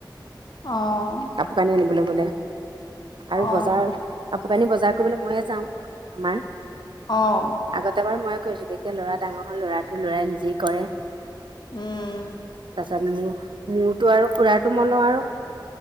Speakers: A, on the left; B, on the right.
A: অ'।
B: কাপোৰ কানি আনিবলৈ গ'লে
A: অ',
B: আৰু বজাৰ কাপোৰ কানি বজাৰ কৰিবলৈ ময়ে যাওঁ আমাৰ।
A: অ'।
B: আগতে বাৰু ময়ে কৰিছিলোঁ, এতিয়া ল'ৰা ডাঙৰ হ'ল ল'ৰাটো ল'ৰাই নিজেই কৰে।
A: উম।
B: তাৰপাছত মোৰ, মোৰটো আৰু খুৰাৰটো মই লওঁ আৰু।